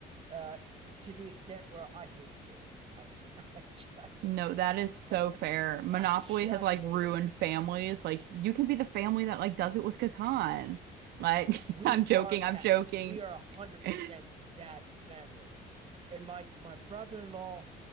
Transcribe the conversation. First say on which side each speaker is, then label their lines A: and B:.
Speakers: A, on the right; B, on the right.
A: uh, to the extent where I hate the game. I, I just,
B: No, that is so
A: <laughs>
B: fair. Monopoly
A: I just
B: has like
A: hate
B: ruined
A: it.
B: families. Like you can be the family that like does it with Catan. Like
A: We
B: <laughs> I'm joking,
A: are that.
B: I'm joking.
A: We are one hundred percent
B: <laughs>
A: that family, and my my brother in law